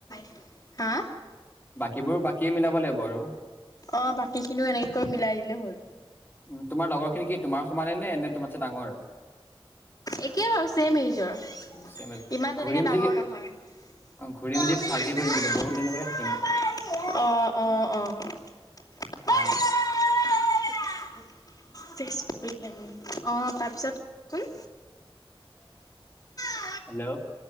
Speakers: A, on the left; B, on the left.
A: <unintelligible> হা?
B: বাকীবোৰ বাকী মিলাব লাগিব আৰু।
A: অঁ বাকীখিনিও এনেকৈ মিলাই দিলে হ'ল
B: উম তোমাৰ লগৰ খিনি কি তোমাৰ সমানে নে নে তোমাতছে ডাঙৰ
A: একেই বাৰু ছেম এইজৰ
B: চেম
A: ইমান তেনেকে
B: ঘূৰিম
A: ডাঙৰ
B: যি
A: নহয়
B: অ ঘূৰিম
A: <unintelligible>
B: যি ভালকে ঘূৰিম কিন্তু বহুত দিনলৈকে থাকিম।
A: আহ অ অ <unintelligible>
B: আহ
A: <unintelligible> কৰি অ তাৰ পিছতচোন <unintelligible>
B: হেল্ল'।